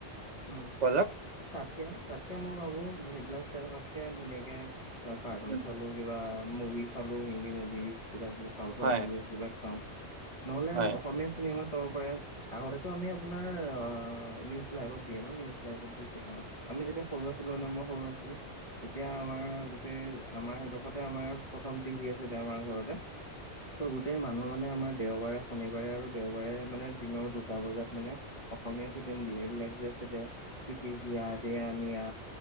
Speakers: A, on the left; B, on the right.
A: উম,
B: বলক
A: তাতকে, তাতকে মই ভাবো সেইবিলাক চাইথকাতকে ধুনীয়াকে অ', কাৰ্টুনছ
B: উম,
A: চালো কিবা মভিছ চালো হিন্দী মভিজ কিবা হে চাউথৰ
B: হয়
A: মুভিজ বিলাক চাওঁ, নহ'লে
B: হয়
A: অসমীয়া চি চিনিমা চাব পাৰে, আগতেতো আমি আপোনাৰ আঁ, নিউজ লাইভত দিয়ে ন' নিউজ হিচাপত দিছে ত' অঁ আমি যেতিয়া সৰু আছিলোঁ মানে, মই সৰু আছিলোঁ তেতিয়া আমাৰ গোটেই আমাৰ সেইডোখৰতে আমাৰ প্ৰথম টিভি আছে তে আমাৰ ঘৰতে, ত' গো তেই মানুহ মানে আমাৰ দেওবাৰে, শনিবাৰে আৰু দেওবাৰে মানে দিনৰ দুটা বজাত মানে অসমীয়া ফিল্ম দিয়ে সেইবিলাক যে আছিলে হিকে হিয়া দয়া নিয়া।